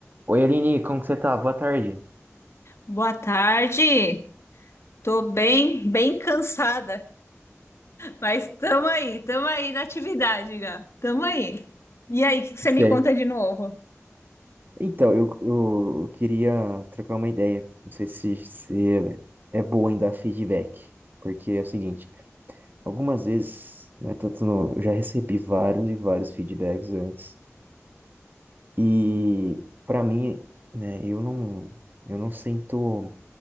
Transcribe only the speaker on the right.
Oi, Aline, como que você tá? Boa tarde.
Certo.
Então, eu, eu, eu queria trocar uma ideia. Não sei se, se é bom em dar feedback. Porque é o seguinte, algumas vezes, né, tanto no- eu já recebi vários e vários feedbacks antes. E para mim, né, eu não, eu não sinto